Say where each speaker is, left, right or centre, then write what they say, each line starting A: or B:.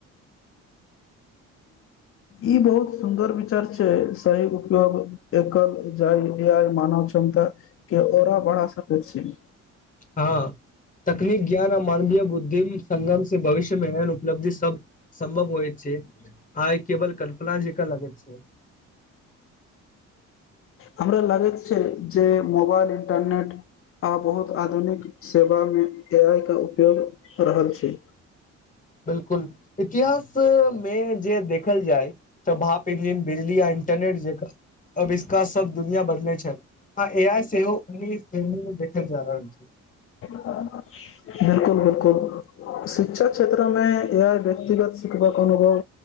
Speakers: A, on the left; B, on the left.
A: ई बहुत सुंदर विचार छै सही उपयोग एकल जाय इन्डिया मानव क्षमता के आओरा बढ़ा सकैत छी
B: हँ तकनीक ज्ञान आ मानवीय बुद्धि संगमसे भविष्यमे एहन उपलब्धि सब संभव होइ छै आइ केवल कल्पना जेका लगैत छै
A: हमरा लागै छै जे मोबाल इंटरनेट आ बहुत आधुनिक सेवामे ए आइ के उपयोग कऽ रहल छै
B: बिलकुल इतिहासमे जे देखल जाय सभाव बिजली आ इन्टरनेट जेकाँ अब इसका सब दुनिया बदलै छै आ ए आइ सेहो अपनी श्रेणी मे देखल जा रहल छै
A: बिलकुल बिलकुल शिक्षा क्षेत्रमे ए आइ व्यक्तिगत शिखबाक अनुभव